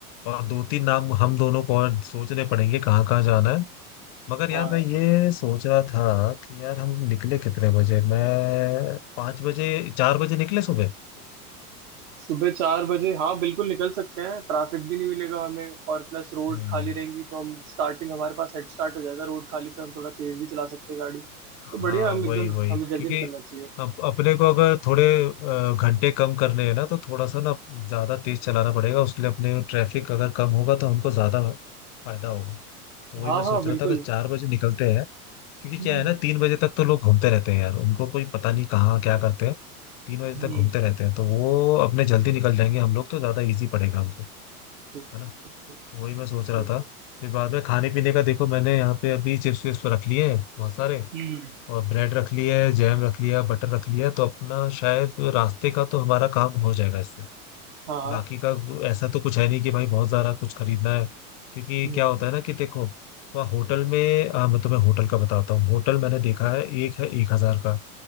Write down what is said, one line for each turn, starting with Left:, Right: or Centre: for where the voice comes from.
Left: और दो तीन नाम हम दोनों को और सोचने पड़ेंगे कहाँ कहाँ जाना है मगर यार
Right: हाँ हाँ।
Left: मैं ये सोच रहा था कि यार हम निकले कितने बजे मैं पाँच बजे चार बजे निकले सुबह
Right: सुबह चार बजे हाँ बिल्कुल निकल सकते हैं ट्रैफिक भी नहीं मिलेगा हमें और प्लस रोड
Left: हम्म
Right: खाली रहेंगी तो हम स्टार्टिंग हमारे पास हेड स्टार्ट हो जाएगा रोड खाली पे हम थोड़ा तेज भी चला सकते हैं गाड़ी तो
Left: हाँ
Right: बढ़िया हम
Left: वही
Right: एकदम
Left: वही
Right: हमें जल्दी
Left: क्योंकि
Right: निकलना चाहिए
Left: अप, अपने को अगर थोड़े अ, घंटे कम करने हैं ना तो थोड़ा सा ना ज्यादा तेज चलाना पड़ेगा उसके लिए अपने ट्रैफिक अगर कम होगा तो हमको ज्यादा फायदा होगा तो वही
Right: हाँ
Left: मैं सोच
Right: हाँ बिल्कुल
Left: रहा था कि चार बजे निकलते हैं क्योंकि क्या
Right: हम्म
Left: है ना तीन बजे तक तो लोग घूमते रहते हैं यार उनको कोई पता नहीं कहाँ क्या करते हैं तीन बजे
Right: हम्म,
Left: तक घूमते रहते हैं तो वो अपने जल्दी निकल जाएंगे हम लोग तो ज्यादा इजी पड़ेगा हमको
Right: ठीक
Left: है
Right: ठीक
Left: ना
Right: ठीक ठीक
Left: तो वही मैं सोच रहा
Right: सही
Left: था
Right: सही
Left: फिर बाद में खाने पीने का देखो मैंने यहाँ पे अभी चिप्स विप्स तो रख लिए हैं बहुत सारे
Right: हम्म
Left: और ब्रेड रख लिए जैम रख लिया बटर रख लिया तो अपना शायद रास्ते का तो हमारा काम हो जाएगा इससे
Right: हाँ हाँ
Left: बाकी का ऐसा तो कुछ है नहीं कि भाई बहुत सारा कुछ खरीदना है क्योंकि
Right: हम्म
Left: क्या होता है ना कि देखो वहाँ होटल में आ, मैं तुम्हें होटल का बताता हूँ होटल मैंने देखा है एक है एक हजार का